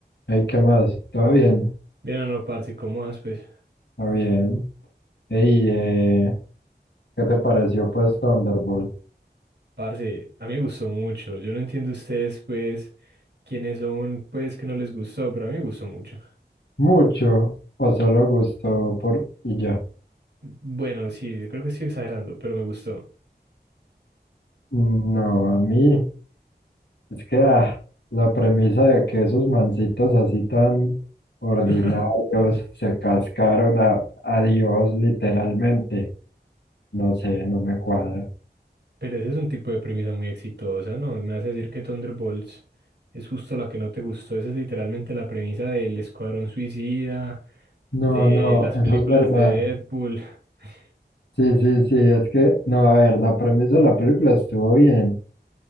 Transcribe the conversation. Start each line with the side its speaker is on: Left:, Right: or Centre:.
Left: Hey, ¿qué más? ¿Todo bien?
Right: Mira, no, parce, ¿cómo vas, pues?
Left: ¿Todo bien? Hey, eh, ¿qué te pareció pues Thunderbolt?
Right: Parce, a mí me gustó mucho. Yo no entiendo ustedes, pues, quiénes son, pues, que no les gustó, pero a mí me gustó mucho.
Left: Mucho, o solo gustó por y ya.
Right: Bueno, sí, creo que estoy exagerando, pero me gustó.
Left: Mm, No, a mí es que ah, la premisa de que esos mancitos así tan ordinarios
Right: <laughs>
Left: se cascaron a, a Dios literalmente, no sé, no me cuadra.
Right: Pero ese es un tipo de premisa muy exitosa, ¿no? Me vas a decir que Thunderbolts es justo la que no te gustó. Esa es literalmente la premisa del Escuadrón Suicida,
Left: No,
Right: de
Left: no,
Right: las
Left: eso
Right: películas
Left: es verdad.
Right: de Deadpool. <laughs>
Left: Sí, sí, sí, es que, no, a ver, la premisa de la película estuvo bien.